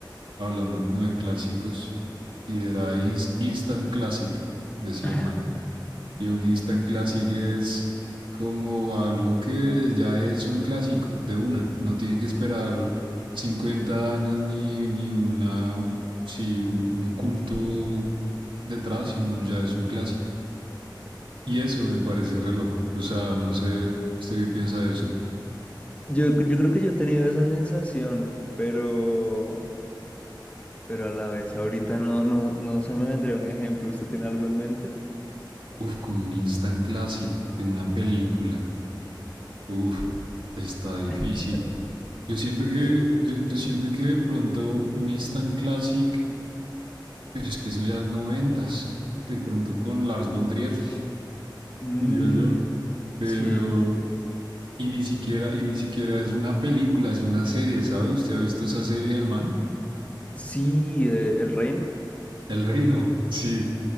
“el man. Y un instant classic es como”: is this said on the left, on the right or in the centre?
Right